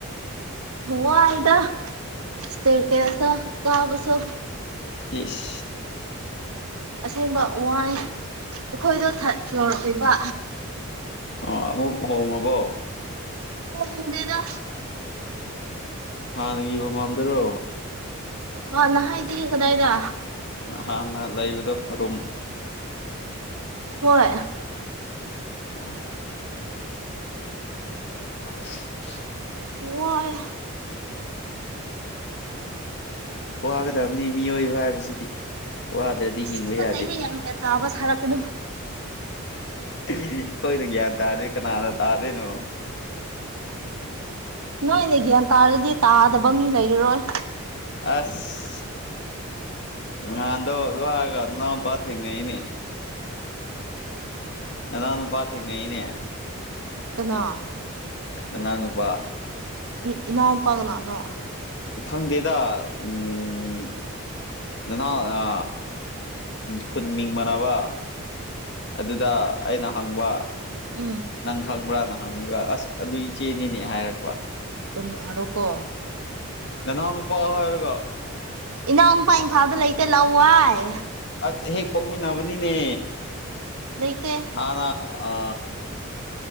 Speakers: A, on the right; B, on the left.
A: ꯋꯥꯏꯗ ꯏꯁꯇꯦꯐꯦꯁ ꯇ ꯀꯥꯕꯁꯨ
B: ꯏꯁ
A: ꯑꯁꯦꯡꯕ ꯋꯥꯏ ꯑꯩꯈꯣꯏꯗꯣ ꯊꯥꯔꯠ ꯐ꯭ꯂꯣꯔ ꯑꯣꯏꯕ
B: ꯑ ꯑꯃꯨꯛ ꯍꯣꯡꯉꯕꯣ
A: ꯍꯣꯡꯗꯦꯗ
B: ꯍꯥꯟꯅꯒꯤ ꯃꯄꯥꯝꯗꯔꯣ
A: ꯍꯥꯟꯅ ꯍꯥꯏꯗꯦ ꯀꯗꯥꯏꯗ
B: ꯍꯥꯟꯅ ꯂꯩꯕꯗꯣ ꯔꯨꯝ
A: ꯍꯣꯏ
B: ꯑꯣ <unintelligible>
A: ꯋꯥꯏ
B: ꯋꯥꯒꯗꯕꯅꯤ ꯃꯤꯑꯣꯏꯕ ꯍꯥꯏꯕꯁꯤꯗꯤ ꯋꯥꯗ꯭ꯔꯗꯤ ꯗꯤ ꯍꯤꯡꯕ
A: ꯇꯨꯀꯠꯆꯩꯍꯦ
B: ꯌꯥꯗꯦ
A: ꯌꯥꯝ ꯒ꯭ꯌꯥꯟ ꯇꯥꯕ ꯁꯥꯔꯛꯀꯅꯨ
B: ꯑꯩꯈꯣꯏꯅ ꯒ꯭ꯌꯥꯟ ꯇꯥꯗꯦ ꯀꯅꯥꯅ ꯇꯥꯗꯣꯏꯅꯣ
A: ꯅꯣꯏꯅꯦ ꯒ꯭ꯌꯥꯟ ꯇꯥꯔꯗꯤ ꯇꯥꯗꯕ ꯃꯤ ꯂꯩꯔꯔꯣꯏ
B: ꯑꯁ ꯉꯍꯥꯟꯗꯣ ꯑꯗꯨ ꯍꯥꯏꯔꯒ ꯅꯅꯥꯎꯄ ꯊꯦꯡꯅꯩꯏꯅꯦ ꯅꯅꯥꯎ ꯅꯨꯄꯥ ꯊꯦꯡꯅꯩꯅꯦ
A: ꯀꯅꯥ
B: ꯅꯅꯥꯎ ꯅꯨꯄꯥ
A: ꯏ ꯏꯅꯥꯎꯟꯄꯥ ꯀꯅꯥꯅꯣ
B: ꯈꯪꯗꯦꯗ ꯎꯝ ꯅꯅꯥꯥꯎ ꯑ ꯈꯨꯟ ꯃꯤꯡ ꯃꯥꯟꯅꯕ ꯑꯗꯨꯗ ꯑꯩꯅ ꯍꯪꯕ
A: ꯎꯝ
B: ꯅꯪ ꯈꯪꯕ꯭ꯔꯥꯅ ꯍꯪꯉꯒ ꯑꯁ ꯑꯗꯨ ꯏꯆꯦꯅꯤꯅꯦ ꯍꯥꯏꯔꯛꯄ
A: ꯀꯨꯟꯅꯥꯔꯣꯀꯣ
B: ꯅꯅꯥꯎ ꯅꯨꯄꯥ ꯍꯥꯏꯔꯒ
A: ꯏꯅꯥꯎꯅꯨꯄꯥ ꯏꯝꯐꯥꯜꯗ ꯂꯩꯇꯦ ꯂꯋꯥꯏ
B: ꯑꯁ ꯍꯦꯛ ꯄꯣꯛꯃꯤꯟꯅꯕꯅꯤꯅꯦ
A: ꯂꯩꯇꯦ
B: ꯑꯥꯗ ꯑ